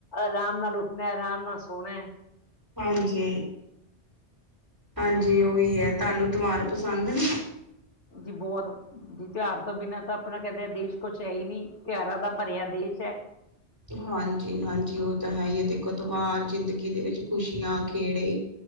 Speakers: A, on the left (about 80°); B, on the right (about 20°).
A: ਰਾਮ ਨਾਲ ਉੱਠਣਾ, ਰਾਮ ਨਾਲ ਸੋਣਾ।
B: ਹਾਂਜੀ ਹਾਂਜੀ ਉਵੀ ਐ, ਤਾਨੂੰ ਤਵਾਰ ਪਸੰਦ ਨੇ?
A: ਜੀ ਬੋਤ। ਜੀ ਤਿਉਆਰ ਤੋਂ ਬਿਨਾਂ ਤਾਂ ਆਪਣਾ ਕੈਂਦੇ ਆ ਦੇਸ਼ ਕੁਛ ਹੈ ਈ ਨੀ, ਤਿਉਆਰਾਂ ਦਾ ਭਰਿਆ ਦੇਸ਼ ਐ।
B: ਹਾਂਜੀ ਹਾਂਜੀ ਉਹ ਤਾਂ ਹੈ ਈ ਐ, ਦੇਖੋ ਤੋਆਰ ਜ਼ਿੰਦਗੀ ਦੇ ਵਿੱਚ ਖੁਸ਼ੀਆਂ ਖੇੜੇ